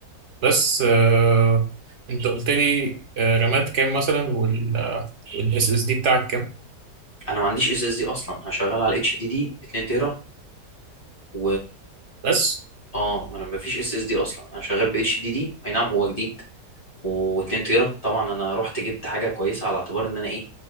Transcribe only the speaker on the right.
بس آه انت قلت لي آه رامات كام مثلا وال والاس اس دي بتاعك كام
بس